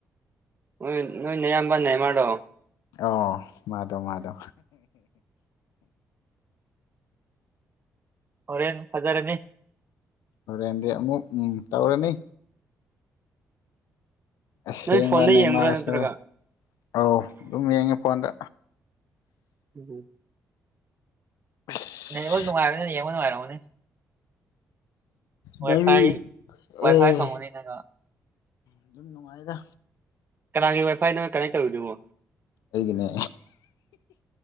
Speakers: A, on the right; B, on the left.
A: ꯍꯣꯏ ꯅꯣꯏ ꯅꯌꯥꯝꯕ ꯔꯣ
B: ꯑꯣ ꯃꯥꯗꯣ ꯃꯥꯗꯣ
A: ꯍꯣꯔꯦꯟ ꯐꯖꯔꯅꯤ
B: ꯍꯣꯔꯦꯟꯗꯤ ꯑꯃꯨꯛ ꯎꯝ ꯇꯧꯔꯅꯤ ꯑꯁꯦꯡꯕꯅꯦ
A: ꯅꯣꯏ ꯐꯣꯟꯗ ꯌꯦꯡꯕ꯭ꯔꯥ
B: ꯃꯥꯔꯁꯨ
A: ꯅꯠꯇ꯭ꯔꯒ
B: ꯑꯧ ꯑꯗꯨꯝ ꯌꯦꯡꯉꯦ ꯐꯣꯟꯗ
A: ꯎꯝ
B: ꯑꯁ
A: ꯅꯦꯠꯋꯥꯔꯛ ꯅꯨꯡꯉꯥꯏꯕꯅꯤꯅ ꯌꯦꯡꯕ ꯅꯨꯡꯉꯥꯏꯔꯝꯅꯤ ꯋꯥꯏꯐꯥꯏ
B: ꯅꯪꯗꯤ
A: ꯋꯥꯏꯐꯥꯏ
B: ꯑꯥ
A: ꯐꯪꯕꯅꯤꯅꯀꯣ
B: ꯑꯗꯨꯝ ꯅꯨꯡꯉꯥꯏꯗ
A: ꯀꯅꯥꯒꯤ ꯋꯥꯏꯐꯥꯏꯅꯣ ꯅꯣꯏ ꯀꯅꯦꯛ ꯇꯧꯔꯤꯗꯨꯕꯣ
B: ꯑꯩꯒꯤꯅꯦ